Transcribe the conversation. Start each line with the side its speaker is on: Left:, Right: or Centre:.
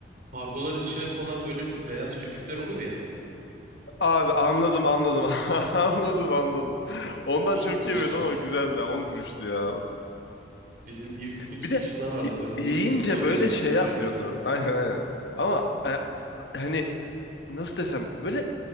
Right: Kargoların içine konan böyle beyaz köpükler olur ya.
Left: Abi anladım anladım. <laughs> Anladım anladım.
Right: <laughs>
Left: Ondan çok
Right: on kuruştan.
Left: yemedim ama güzeldi. 10 kuruştu ya.
Right: Bizim ilkokul çıkışında
Left: Bir de
Right: vardı
Left: y-
Right: ben onu
Left: yiyince
Right: yiyordum ama annem
Left: böyle şey
Right: izin
Left: yapmıyordu.
Right: vermedi.
Left: <laughs> Aynen aynen. Ama e, hani nasıl desem böyle